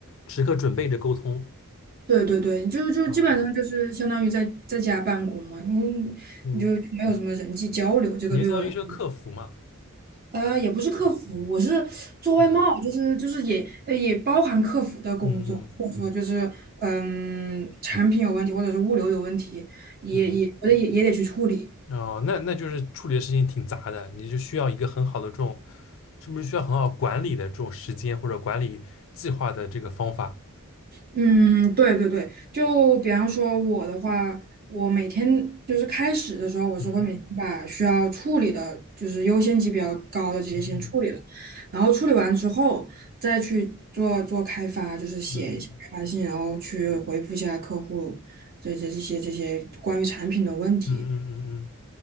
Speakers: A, on the left; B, on the right.
A: 时刻准备着沟通。
B: 对对对，就是就基本上就是相当于在在家办公嘛，
A: 哦，
B: 你
A: 嗯，
B: 你就没有什么人际交流，这个对我来说
A: 你就相当于是个客服嘛。
B: 呃，也不是客服，我是做外贸，
A: 嗯
B: 就是就是也呃也包含客服的工作，
A: 嗯嗯
B: 或者说就是嗯产品有问题，或者是物流有问题，也也我得也也得去处理。
A: 嗯。哦，那那就是处理的事情挺杂的，你就需要一个很好的这种，是不是需要很好管理的这种时间或者管理计划的这个方法？
B: 嗯，对对对，就比方说我的话，我每天就是开始的时候，我是会每天把需要处理的，
A: 嗯
B: 就是优先级比较高的这些先处理了，
A: 嗯嗯
B: 然后处理完之后再去做做开发，就是写一些开发信，
A: 嗯
B: 然后去回复一下客户这这这些这些关于产品的问题。
A: 嗯嗯嗯嗯。嗯嗯